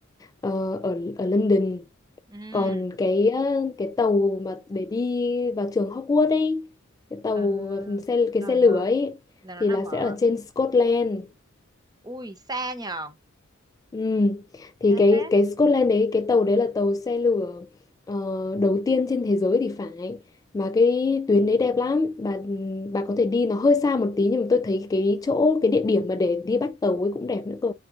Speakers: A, on the left; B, on the right.
A: ờ, ở ở London
B: ừ
A: còn cái ờ, cái tàu mà để đi vào trường Hogwarts ấy cái tàu
B: à,
A: xe cái
B: rồi
A: xe lửa
B: rồi
A: ấy
B: là nó
A: thì
B: nằm
A: là sẽ
B: ở
A: ở trên Scotland
B: ui xa nhờ
A: ừ. thì
B: xa
A: cái
B: phết
A: cái Scotland đấy cái tàu đấy là tàu xe lửa ờ, đầu tiên trên thế giới thì phải mà cái tuyến đấy đẹp lắm bà bà có thể đi nó hơi xa một tí nhưng mà tôi thấy cái chỗ cái địa điểm mà để đi bắt tàu ấy cũng đẹp nữa cơ